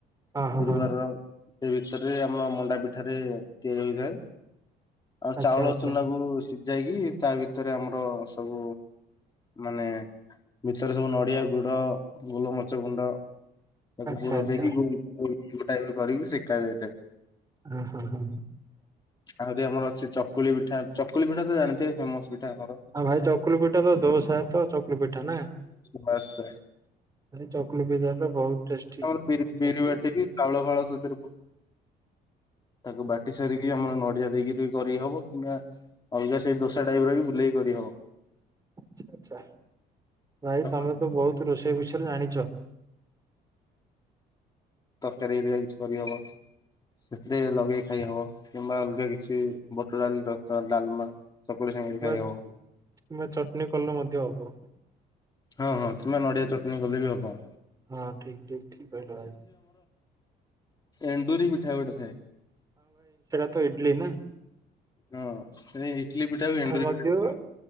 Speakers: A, on the right; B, on the left.
A: ହଁ ହଁ
B: ଗୁରୁବାରର
A: ହଁ
B: ଦେବି ତରେ ଆମର ମଣ୍ଡା ପିଠାରେ ତିଆରି ହୋଇଥାଏ। ଆଉ
A: ଆଚ୍ଛା
B: ଚାଉଳ
A: ଆଚ୍ଛା
B: ଚୁନା କୁ ସି ଯାଇକି ତା ଭିତରେ, ଆମର ସବୁ ମାନେ ଭିତରେ ସବୁ ନଡିଆ, ଗୁଡ, ଗୋଲମରିଚ ଗୁଣ୍ଡ ତାକୁ
A: ଆଚ୍ଛା
B: ପୂୁର
A: ଆଚ୍ଛା
B: ଦେଇକି ଗୋ ଗୋଲ କରିକି ସେକା ଯାଇଥାଏ।
A: ହଁ ହଁ, ହଁ।
B: ଆହୁରି ଆମର ଅଛି ଚକୁଳି ପିଠା। ଚକୁଳି ପିଠା ତ ଜାଣିଥିବେ ଫେମସ ପିଠା। ଆମର।
A: ଆଉ ଭାଇ ଚକୁଲି ପିଠା ତ ଦୋସା ତ ଚକୁଲି ପିଠା ନା।
B: ବାସ।
A: ଭାଇ ଚକୁଲି ପିଠା ତ ବହୁତ ଟେଷ୍ଟି।
B: ଆମର ବିରିି ବିରି
A: ଆଚ୍ଛା
B: ବାଟିକି ଚାଉଳ ଫାଉଳ ସେଇଥିରେ ପ ତାକୁ ବାଟି ସାରିକି ଆମର ନଡିଆ ଦେଇକିରି କରିହବ କିମ୍ବା ଅଲଗା ସେଇ ଦୋସା ଟାଇପ ର ବି ବୁଲେଇକି କରିହବ। ହବ।
A: ଆଚ୍ଛା, ଆଚ୍ଛା ଭାଇ
B: ଚକ
A: ତମେ ତ ବହୁତ ରୋଷେଇ ବିଷୟରେ ଜାଣିଛ।
B: ତରକାରୀ ହେରିକା କିଛି କରି ହବ। ସେଥିରେ ଲଗେଇ ଖାଇ ହବ କିମ୍ବା ଅଲଗା କିଛି ବୁଟ ଡାଲି ତରକାର, ଡାଲମା ଚକୁଳି ସାଙ୍ଗରେ
A: କିମ୍ୱା,
B: ଖାଇ ହବ
A: କିମ୍ବା ଚଟଣି କଲେ ମଧ୍ୟ ହବ।
B: ହଁ, ହଁ କିମ୍ବା ନଡିଆ ଚଟଣି କଲେ ବି ହବ।
A: ହଁ ଠିକ, ଠିକ, ଠିକ କହିଲ ଭାଇ।
B: ଏଣ୍ଡୁରିପିଠା ଗୋଟେ ଥାଏ।
A: ଇଟିଲିନା,
B: ହଁ ସେଇ ଇଟିଲିି ପିଠାକୁ ଏଣ୍ଡୁରିପିଠା
A: ମଧ୍ୟ
B: କହନ୍ତି।